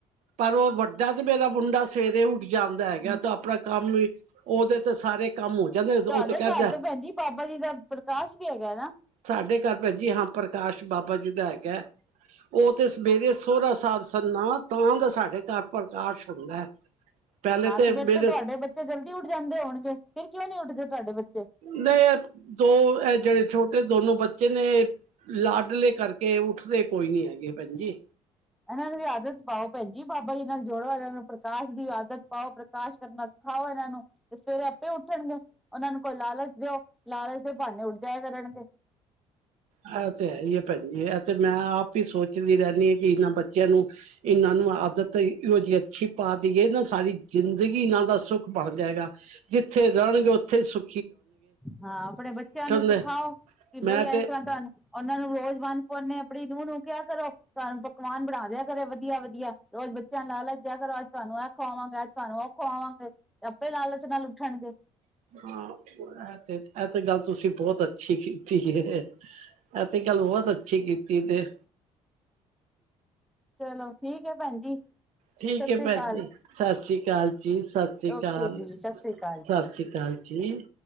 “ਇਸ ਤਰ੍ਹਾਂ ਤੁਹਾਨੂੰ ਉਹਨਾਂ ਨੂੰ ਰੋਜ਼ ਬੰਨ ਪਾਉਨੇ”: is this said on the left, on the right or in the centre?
Centre